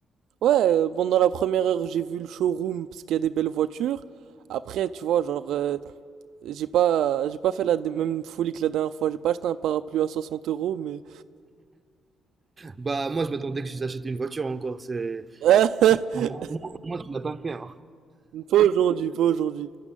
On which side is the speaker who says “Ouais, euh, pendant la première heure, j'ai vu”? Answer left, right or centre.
Right